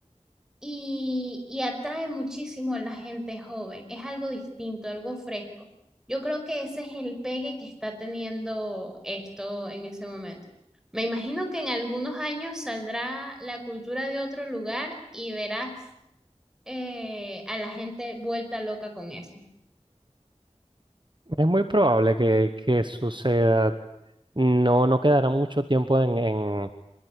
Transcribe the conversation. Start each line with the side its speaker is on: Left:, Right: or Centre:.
Centre: y, y atrae muchísimo a la gente joven. Es algo distinto, algo fresco. Yo creo que ese es el pegue que está teniendo esto en ese momento. Me imagino que en algunos años saldrá la cultura de otro lugar y verás eh, a la gente vuelta loca con eso.
Right: Es muy probable que, que suceda. No, no quedará mucho tiempo en, en-